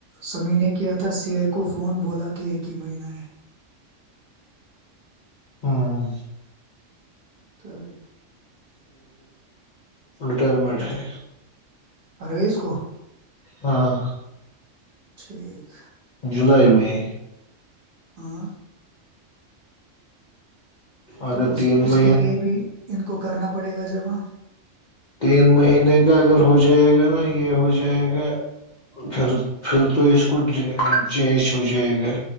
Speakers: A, on the right (about 55°); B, on the left (about 60°).
A: سمی نے کیا تھا سی آئی کو فون بولا کہ ایک ہی مہینہ ہے
B: ہوں
A: تب <unintelligible>
B: رٹائرمٹ ہے
A: پرویز کو
B: ہاں
A: ٹھیک
B: جولائی مئی
A: ہاں
B: اگر
A: تو
B: تین
A: اس
B: مہینے
A: کے لیئے بھی ان کو کرنا پڑے گا جمع
B: تین مہینے کا اگر ہو جائے گا نا یہ ہو جائے گا پھر پھر تو اس کو چینج ہو جائے گا